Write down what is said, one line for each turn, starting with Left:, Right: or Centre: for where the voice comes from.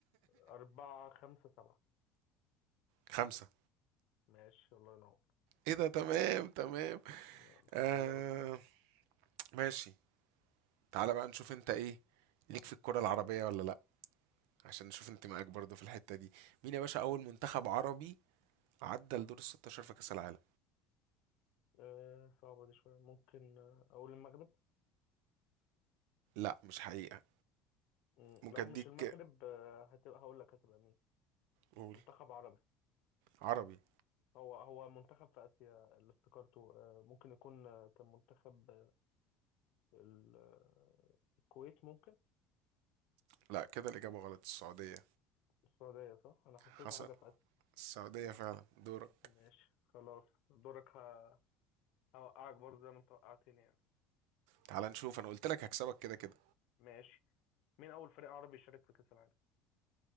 Left: أربعة خمسة سبعة
Right: خمسة
Left: ماشي الله ينور
Right: ايه ده تمام تمام
Left: يلا
Right: آه
Left: إجابة صحيحة
Right: ماشي تعالى بقى نشوف انت ايه ليك في الكرة العربية ولا لا عشان نشوف انتمائك برضه في الحتة دي مين يا باشا أول منتخب عربي عدى لدور الستاشر في كأس العالم
Left: آه صعبة دي شوية ممكن آه، أقول المغرب
Right: لا مش حقيقة
Left: مم،
Right: ممكن
Left: لو
Right: أديك
Left: مش المغرب آه، هتبقى هقول لك هتبقى مين
Right: قول
Left: منتخب عربي
Right: عربي
Left: هو هو منتخب في آسيا اللي افتكرته آه، ممكن يكون آه، كان منتخب آه، ال- آه، الكويت ممكن
Right: لا كده الإجابة غلط السعودية
Left: السعودية صح؟ أنا حسيتها
Right: حصل
Left: حاجة في آسيا
Right: السعودية فعلا دورك
Left: ماشي خلاص دورك ه- هوقعك برضه زي ما أنت وقعتني يعني
Right: تعال نشوف أنا قلت لك هكسبك كده كده
Left: ماشي مين أول فريق عربي يشارك في كأس العالم؟